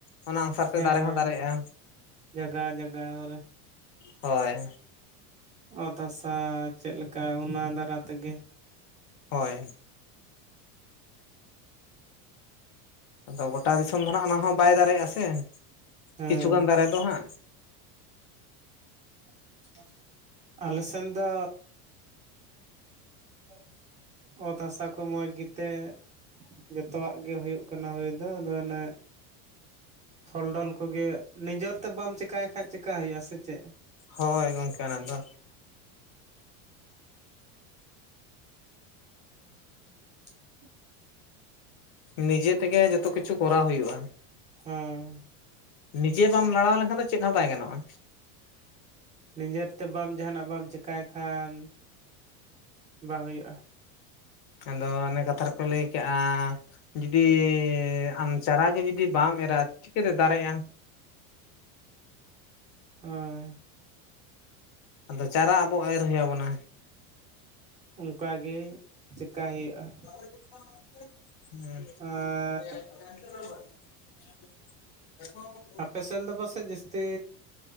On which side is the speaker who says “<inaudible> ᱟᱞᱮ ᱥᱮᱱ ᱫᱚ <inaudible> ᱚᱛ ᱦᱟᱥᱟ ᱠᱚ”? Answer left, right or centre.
Right